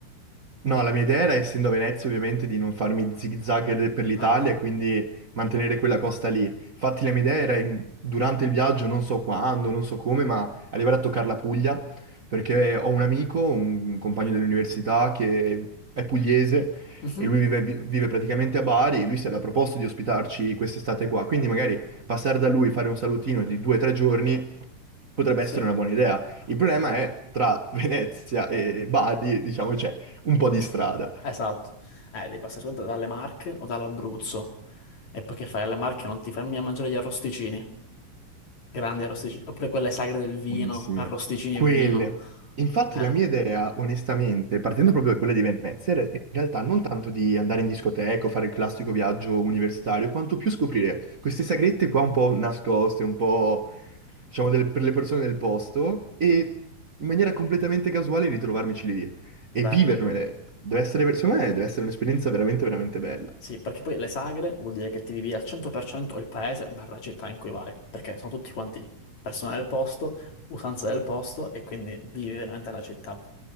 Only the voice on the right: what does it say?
No, la mia idea era, essendo a Venezia, ovviamente, di non farmi zigzag per l'Italia
e quindi mantenere quella costa lì. Infatti, la mia idea era in- durante il viaggio, non so quando, non so come, ma arrivare a toccare la Puglia, perché ho un amico, un compagno dell'università che è pugliese
e lui vive, vi- vive praticamente a Bari e lui si era proposto di ospitarci quest'estate qua. Quindi magari passare da lui, fare un salutino di due o tre giorni potrebbe
essere una buona idea. Il
problema è tra <laughs> Venezia e Bari, diciamo, c'è un po' di strada.
Buonissime.
Quelle.
Infatti
la mia idea, onestamente, partendo proprio da quella di Venezia, era in realtà non tanto di andare in discoteca o fare il classico viaggio universitario, quanto più scoprire queste sagrette qua un po' nascoste, un po', diciamo, delle- per le persone del posto e in maniera completamente casuale ritrovarmici lì e
vivermele. Deve essere, secondo me, deve essere un'esperienza veramente, veramente bella.